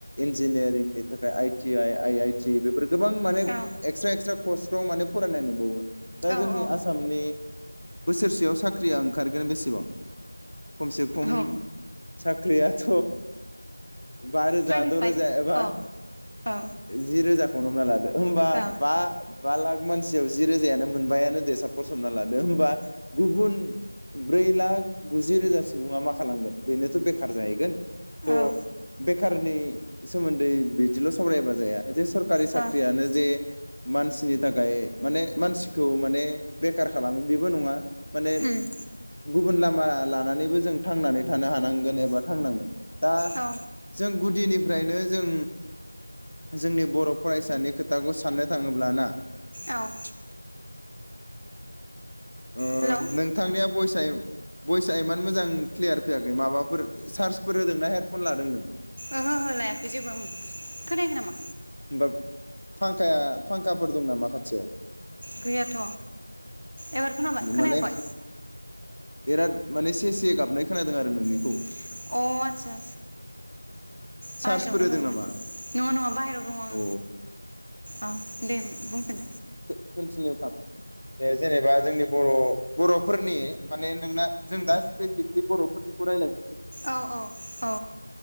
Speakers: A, on the left; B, on the right.
A: इन्जिनियारिंनि थाखाय I T I I I T बे बे गोबां माने
B: औ
A: एक्सट्रा एक्सट्रा कस्फ्राव माने फरायनाय नुबावो दा
B: औ
A: जोंनि
B: औ
A: आसामनि बोसोरसेयाव साख्रि ओंखारगोन बेसेबां खमसे खम
B: औ
A: साख्रियाथ बा रोजा
B: टुइन्टिफाइभ
A: द' रोजा एबा
B: औ औ
A: जि रोजाखौनो हमना लादो होमबा
B: औ
A: बा बा लाख मानसियाव जि रोजायानो मोनबायानो दे सा पस हमना लादो होमबा गुबुन ब्रै लाख गुजि रोजा सुबुङा मा खालामगोन बेनोथ बेखार जाहैगोन त बे
B: औ
A: बेखारनि सोमोन्दै बिदिल सावरायाबा जाया जास्त सरकारि साख्रियानो
B: ओ
A: जे मानसिनि थाखाय माने मानसिखौ माने बेखार खालामो बेबो नङा माने
B: उम
A: गुबुन लामा लानानैबो जों थांनानै थानो हानांगोन एबा थांनांगोन दा
B: औ
A: जों गुदिनिफ्रायनो जों जोंनि बर'फरायसानि खोथाखौ साननो थाङोब्ला ना
B: औ
A: ओ
B: हेलौ
A: नोंथांनिया भयसा भइस आ एमान मोजां क्लियार फैयाखै माबाफोर चार्जफोर होदोंना हेडफन लादों नों
B: ओहो हो लायाखै जेबो आं खोनायाखै नामा
A: होमबा फांखाया-फांखाफोर दं नामा खाथियाव
B: गैयाथ एबार खोनाबाय खोनायाखय
A: माने बिराद माने सेसे गाबनाय खोनादों आरो नोंनि
B: अ आदसा बाहेराव
A: चार्जफोर
B: दंङ
A: होदों
B: आं
A: नामा
B: माने नङा नङा बाहेराव दंङ आं
A: अ
B: औ दे बुंफिन
A: खामसालियाव थां जेनेबा जोंनि बर'- ब'रफोरनि माने नोंना जों दा स्पेसिफिकलि बर'फोरनिखौ रायलायनो
B: औ औ औ